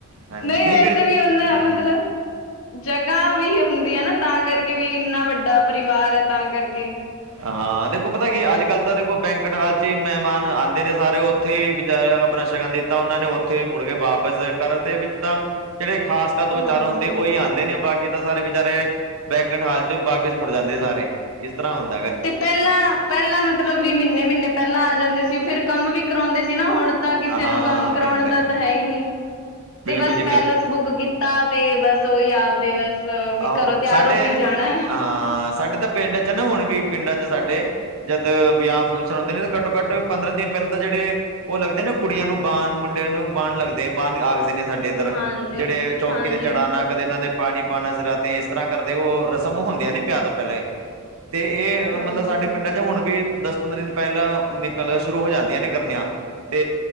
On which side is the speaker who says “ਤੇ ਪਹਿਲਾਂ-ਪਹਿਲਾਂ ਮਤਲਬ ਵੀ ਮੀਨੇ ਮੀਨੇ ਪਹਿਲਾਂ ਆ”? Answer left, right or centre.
Left